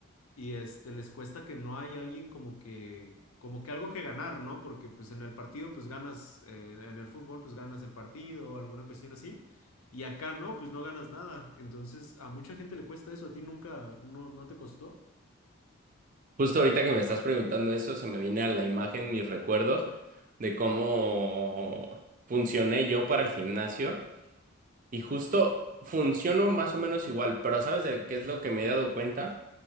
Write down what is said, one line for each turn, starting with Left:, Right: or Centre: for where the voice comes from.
Left: y este, les cuesta que no hay alguien como que, como que algo que ganar, ¿no? Porque pues en el partido, pues ganas, eh, en el fútbol, pues ganas el partido, alguna cuestión así, y acá no, pues no ganas nada, entonces a mucha gente le cuesta eso, ¿a ti nunca, no, no te costó?
Right: Justo ahorita que me estás preguntando eso, se me viene a la imagen mis recuerdos de cómo funcioné yo para el gimnasio. Y justo funciono más o menos igual, pero ¿sabes de qué es lo que me he dado cuenta?